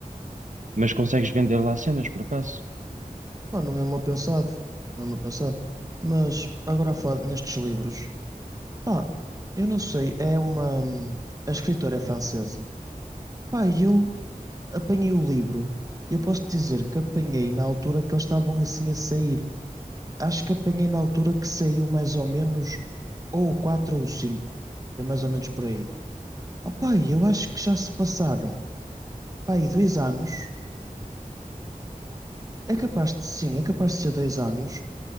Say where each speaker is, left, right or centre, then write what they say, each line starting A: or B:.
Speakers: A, on the right; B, on the right.
A: Mas consegues vender lá cenas, por acaso?
B: pá, não é mal pensado, não é mal pensado. Mas, agora a falar nestes livros, pá, eu não sei, é uma, hum, a escritora é francesa. Pá, e eu apanhei o livro, e eu posso dizer que apanhei na altura que eles estavam assim a sair. acho que apanhei na altura que saiu mais ou menos ou o 4 ou o 5. Foi mais ou menos por aí. Opa, eu acho que já se passaram, pá, aí dois anos. É capaz de, sim, é capaz de ser dois anos.